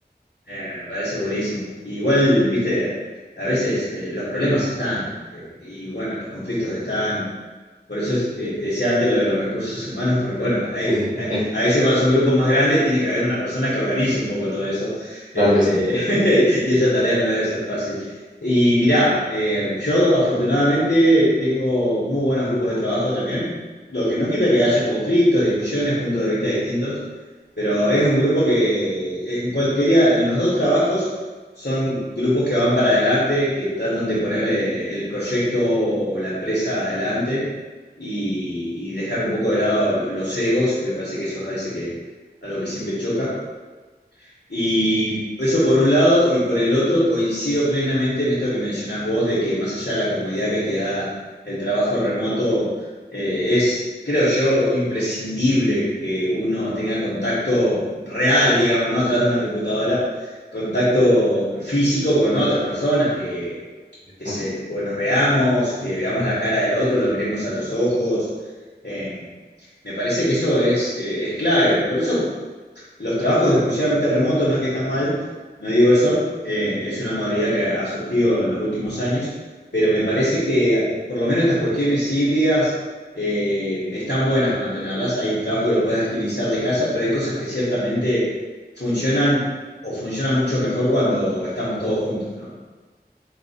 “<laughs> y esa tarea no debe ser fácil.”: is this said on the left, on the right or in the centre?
Left